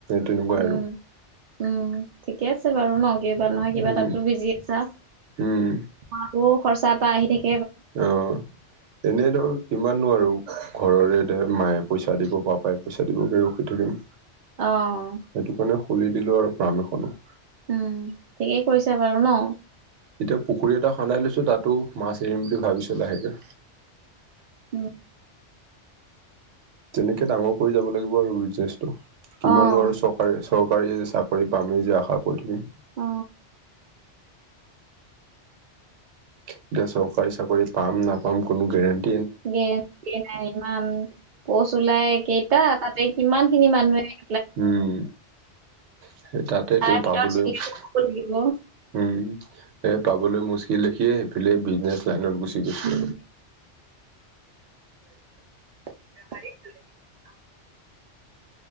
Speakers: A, on the right; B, on the right.
A: তেনেকুৱা
B: উম,
A: আৰু
B: উম ঠিকে আছে বাৰু ন কিবা নহয় কিবা
A: উম
B: তাতো বিজি আছা-
A: উম
B: আৰু খৰচা এটা আহি থাকি।
A: অ এনেই ধৰ, - কিমাননো আৰু ঘৰৰে দে মায়ে পইচা দিব, পাপাই পইচা দিব ৰখি থাকিম।
B: আহ
A: সেইটো কাৰণে খুলি দিলোঁ আৰু ফাৰ্ম এখনে। -
B: উম ঠিকেই কৰিছো বাৰু ন!
A: এতিয়া পুখুৰী এটা খন্দাই লৈছো তাতো মাছ এৰিম বুলি ভাবিছো লাহেকে।
B: উম,
A: তেনেকে ডাঙৰ কৰি যাব লাগিব আৰু বিজনেচটো কিমানো
B: অ',
A: আৰু চৰকাৰে চ চৰকাৰীয়ে যে চাকৰি পামি যে আশা কৰি থাকিম।
B: অ
A: এতিয়া চৰকাৰী চাকৰি পাম নাপাম কোনো গেৰেণ্টি-
B: গেৰেন্টি নাই। পচ ওলাই কেইটা তাতে কিমান খিনি মানুহে, -
A: উম সেই তাতে
B: তাৰ
A: তোৰ
B: ভিতৰত
A: পাবলৈ
B: চিলেক্ট
A: উম
B: হ'ব লাগিব।
A: এ পাবলৈ মোৰ, - লেখিয়ে সেইফালে বিজনেছ লাইনত গুচি গৈছো
B: উম,
A: আৰু।
B: হৰে তলে গৰে <unintelligible>